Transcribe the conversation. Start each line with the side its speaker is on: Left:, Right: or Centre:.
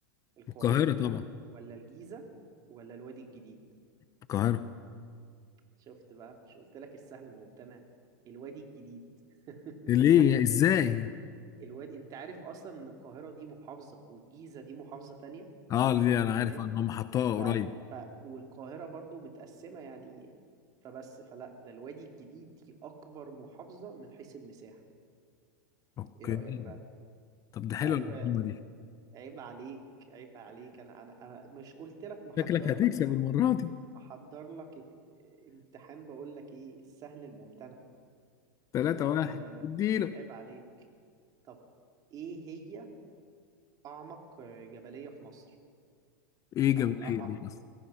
Right: القاهرة
Left: القاهرة طبعا
Right: ولا الجيزة ولا الوادي الجديد
Left: القاهرة
Right: شفت بقى مش قلت لك السهل الممتنع الوادي الجديد <laughs>
Left: ليه ازاي
Right: الوادي انت عارف اصلا ان القاهرة دي محافظة والجيزة دي محافظة تانية
Left: اه دي انا
Right: تمام
Left: عارف ان هم حطوها
Right: ف...
Left: قريب
Right: ف... والقاهرة برضو متقسمة يعني فبس فلا ده الوادي الجديد دي أكبر محافظة من حيث المساحة
Left: اوكي
Right: إيه رأيك بقى؟
Left: طب ده حلوة
Right: أيوة
Left: المعلومة دي
Right: عيب عليك عيب عليك أنا أنا أنا مش قلت لك محضر
Left: شكلك هتكسب
Right: لك
Left: المرة دي
Right: محضر لك اك- امتحان بقول لك إيه السهل الممتنع
Left: تلاتة
Right: طب
Left: واحد
Right: آه،
Left: اديله
Right: عيب عليك طب إيه هي أعمق جبلية في مصر؟
Left: ايه جاب
Right: أو أ...
Left: ايه دي اصلا